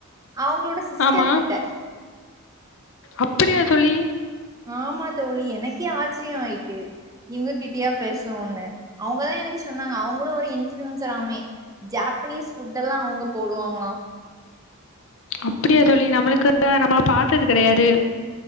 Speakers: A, on the right; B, on the left.
A: அவங்ளோட சிஸ்டர்
B: ஆமா
A: கிட்ட
B: அப்படியா தோழி
A: ஆமா தோழி எனக்கே ஆச்சிரியம் ஆயிட்டு இவங்ககிட்டயா பேசுவோம்ன்னு அவங்கதா எனக்கு சொன்னாங்க அவங்களும் ஒரு இன்ஃளுயுன்சராமே ஜாப்பனீஸ் ஃபுட் எல்லா அவங்க போடுவாங்ளாம்
B: அப்பிடியா தோழி நம்மளுக்கு <inaudible> நம்ம பாத்தது கெடயாது